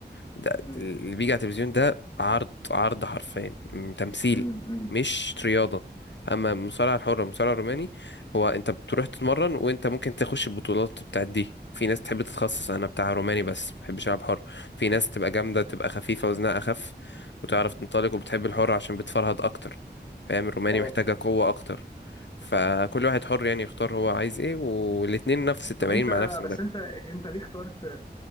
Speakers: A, on the left; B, on the left.
A: ده
B: امم
A: اللي بيجي على التلفزيون ده عرض عرض حرفيا م- تمثيل
B: امم أمم.
A: مش رياضة اما المصارعة الحرة المصارعة الروماني هو انت بتروح تتمرن وانت ممكن تخش البطولات بتاعت دي في ناس تحب تتخصص انا بتاع روماني بس ما بحبش العب حر في ناس تبقى جامدة تبقى خفيفة وزنها اخف وتعرف تنطلق وبتحب الحر عشان بتفرهد اكتر فاهم الروماني
B: اه
A: محتاجة قوة اكتر فكل واحد حر يعني يختار هو عايز ايه والاتنين نفس التمارين
B: طب انت
A: مع نفس المدرب
B: بس انت انت ليه اخترت آه،